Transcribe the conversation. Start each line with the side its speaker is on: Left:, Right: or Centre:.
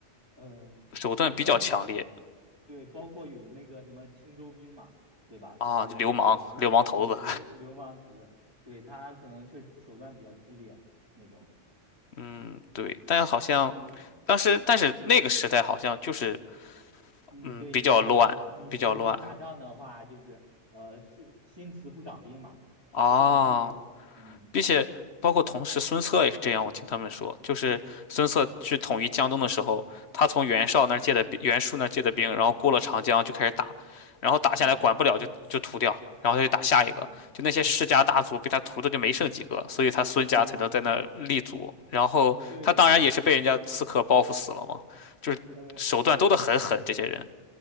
Right: 嗯、
Left: 手段比较强烈
Right: 就是包。对，包括有的那个什么青州兵嘛，对吧？就是不对流流氓头子，
Left: 啊，就流氓、流氓头子。
Right: 对他可能确实手段比较激烈那种。
Left: <laughs> 嗯，对，但好像
Right: 对，
Left: 当时，但是那个时代好像就是。
Right: 嗯，
Left: 嗯，
Right: 对你你你行军打仗的话，
Left: 比较乱，比较乱
Right: 就是呃是新词不长兵嘛，
Left: 啊，
Right: 词不长兵。嗯，
Left: 并且包括同时孙策也是这样，我听他们说，就是孙策去统一江东的时候，
Right: 对，
Left: 他从袁绍那儿借的兵袁术那儿借的兵，然后过了长江就开始打，然后打下来管不了就就屠掉，
Right: 嗯
Left: 然后他就打下一个，
Right: 嗯
Left: 就那些世家大族被他屠的就没剩几个，所以他孙家才能在那儿立足，
Right: 嗯，对
Left: 然后他当然也是被人家刺客报复死了嘛，
Right: 对对，
Left: 就是手段都得很狠，
Right: 呃，<laughs>
Left: 这些人。